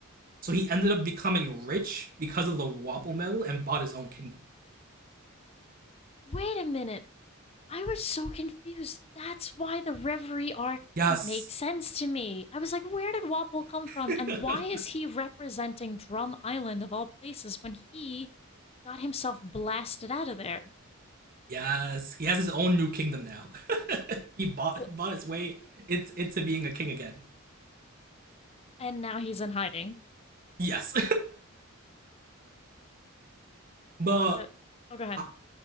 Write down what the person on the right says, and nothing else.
So he ended up becoming rich because of the Wapple metal and bought his own kingdom.
Yes.
<laughs>
Yes, he has his own new kingdom now. <laughs> he bought
he bought his way into, into being a king again.
Yes, <laughs> but
uh,